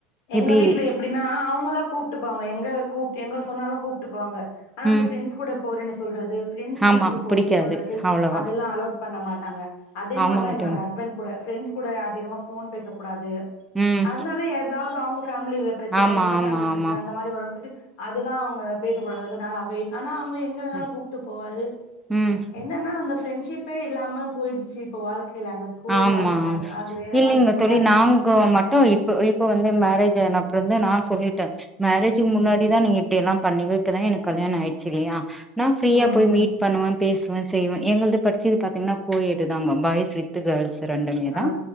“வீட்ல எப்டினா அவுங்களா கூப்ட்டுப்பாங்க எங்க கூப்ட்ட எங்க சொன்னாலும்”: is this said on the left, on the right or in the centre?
Left